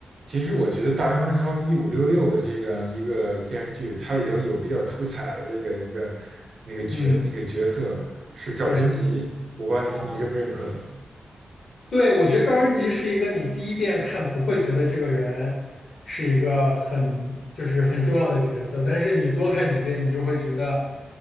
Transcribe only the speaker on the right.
其实我觉得《大明王朝一五六六》的这个一个电视剧，它里头有比较出彩的这个一个那个角那个角色是赵贞吉，
我不知道你你认不认可？